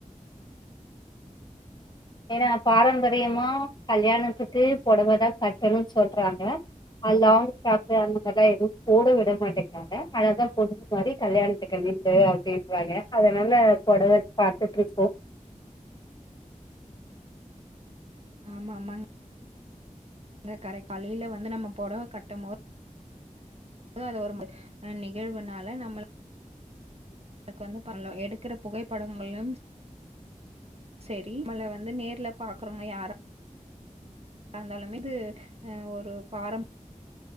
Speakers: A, on the left; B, on the right.
A: ஏன்னா பாரம்பரியமா கல்யாணத்துக்கு பொடவைதா கட்டணுனு சொல்றாங்க அ லாங் ஃப்ராக்கு அந்த மாரில்லா எதுவு போட விடமாட்டேங்கறாங்க அழகா பொண்ணு மாறி கல்யாணத்துக்கு நில்லு அப்டின்றாங்க அதனால பொடவ பாத்துட்டுருக்கோ
B: ஆமா ஆமாங் இங் கரெக்ட் காலேல வந்து நம்ம பொடவ கட்டம் போ அத ஒரும அ நிகழ்வுனால நம்மள அதுக்கு வந்து பல்லோ எடுக்குற புகைப்படங்களும் சேரி நம்மள்ள வந்து நேர்ல பாக்குறோங்க யா ராந்தாலுமே இது அ ஒரு பாரம்